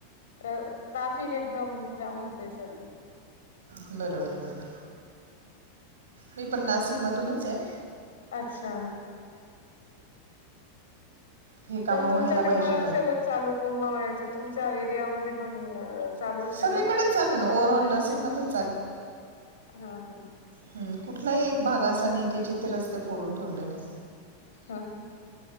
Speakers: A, on the left (about 65°); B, on the right (about 65°).
A: ट्राफिक एकदम जाम होतेय सध्या
B: बरं बरं बरं बरं मी पण नाशिक मधूनच आहे
A: अच्छा
B: हे कामं
A: तर
B: व्हायला
A: तुमच्याकडे
B: पाहिजे
A: पण असेलच चालू कुंभ मिळायचे तुमच्या एरियामध्ये पण चालू अस असेल
B: सगळीकडेच
A: ना
B: चालू आहे ना ओव्हरऑल
A: रस्त्यांचे
B: नाशिकमध्येच
A: हा हा
B: हम कुठलाही एक भाग असा नाही की जिथे रस्ते फोडून ठेवले नाही
A: ह